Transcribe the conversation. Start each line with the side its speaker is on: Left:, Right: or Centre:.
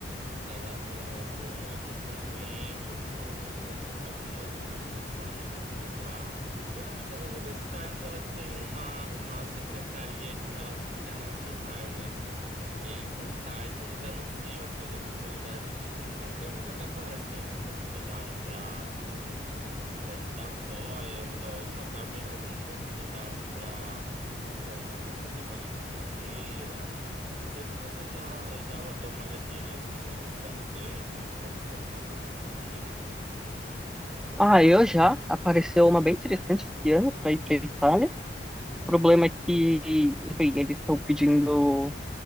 Right: ela tem algum, algum convênio com alguma outra instituição de outro lugar. Geralmente as universidades, elas têm uma, uma secretaria de relações internacionais, né? E aí, com o site, eles anunciam assim, as oportunidades de intercâmbio, que às vezes até aparecem, né? Oportunidades para para estudar fora, e às vezes, ou então até mesmo alguma oportunidade para viajar para aprender uma língua estrangeira. Não sei se você já, já deu uma olhadinha nessa essa universidade tem, se você já tentou alguma coisa nesse sentido.
Centre: Ah, eu já apareceu uma bem interessante esse ano para ir para Itália. O problema é que, enfim, eles estão pedindo.